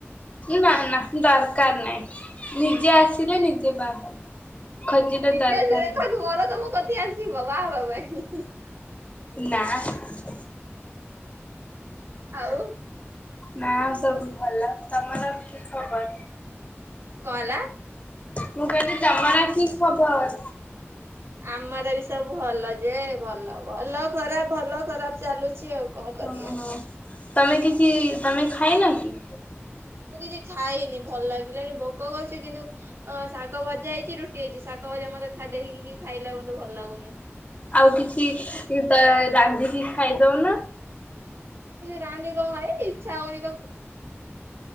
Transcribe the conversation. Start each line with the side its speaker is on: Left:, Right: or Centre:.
Left: ନା ନା ଦରକାର ନାହିଁ ନିଜେ ଆସିଲେ ନିଜେ ବାହା ହବ। ଖୋଜିଲେ
Right: ନିଯେଖୁ
Left: ଦରକାର
Right: ମର ତମ କତି ଆସିବ ବାହା ହବା ପାଇଁ।
Left: ନା ।
Right: ଆଉ?
Left: ନା ସବୁ ଭଲ। ତମର କି ଖବର?
Right: କ ହେଲା?
Left: ମୁଁ କହିଲି ତମର କି ଖବର?
Right: ଆମର ବି ସବୁ ଭଲ ଅଚି। ଯେ ଭଲ ଭଲ ଖରାପ ଭଲ ଖରାପ ଚାଲୁଛି ଆଉ। କଣ କରିଆ?
Left: ଓହୋ ତମେ କିଛି ତମେ ଖାଇନା କି?
Right: ମୁଁ କିଛି ଖାଇନି ଭଲ ଲାଗିଲାଣିି ଭୋକ କରୁଛି କିନ୍ତୁ ଅ ଶାଗ ଭଜା ହେଇଛି ରୁଟି ହେଇଛି ଶାଗ ଭଜା ମତେ ଦେଖିକି ଖାଇଲା ମତେ ଭଲ ଲାଗୁନି।
Left: ଆଉ କିଛି ତ ରାନ୍ଧିକି ଖାଇଦଉନା।
Right: ରାନ୍ଧେ କଣ ଖାଇ ଇଚ୍ଛା ହଉନି ବାଖ।